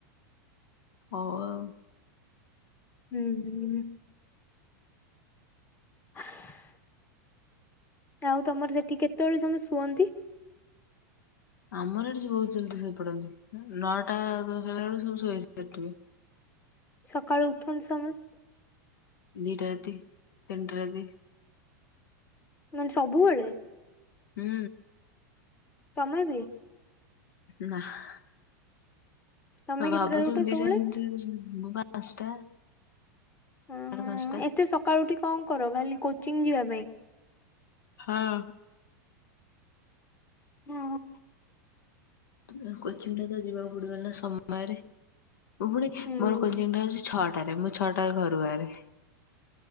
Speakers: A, on the left; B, on the left.
A: ହଉ ଆଉ
B: ହୁଁ ହୁଁ। <inaudible> ଆଉ ତମର ସେଠି କେତେବେଳେ ସବୁ ଶୁଅନ୍ତି।
A: ଆମର ଏଠି ସବୁ ବହୁତ ଜଲଦି ଶୋଇପଡନ୍ତି ନଅଟା ହେଲା ବେଳକୁ ସବୁ ଶୋଇାରଥିବେ।
B: ସକାଳୁ ଉଠନ୍ତି ସମସ୍ତେ।
A: ଦିଟା ରାତି ତିନିଟା ରାତି।
B: ମାନେ ସବୁବେଳେ।
A: ହୁଁ
B: ତମେ ବି?
A: ନା ହା
B: ତମେ
A: ଆମେ ଭାବୁଛୁ
B: କେତେଟାରେ ଉଠ
A: ଦିଟା
B: ସବୁବେଳେ?
A: <inaudible>
B: ଉଁ ଉଁ
A: ପାଞ୍ଚଟା
B: ଏତେ ସକାଳୁ ଉଠି କଣ କର ଖାଲି କୋଚିଂ ଯିବା ପାଇଁ।
A: ହଁ।
B: ହଁ।
A: ଆ କୋଚିଂ ଟା ତ ଯିବାକୁ ପଡିବ ନା ସମୟରେ ମୁଁ ପୁଣି
B: ହୁଁ
A: ମୋର କୋଚିଂ ଟା ଛଅଟାରେ ମୁଁ ଛଅଟାରେ ଘରୁ ବାହାରେ।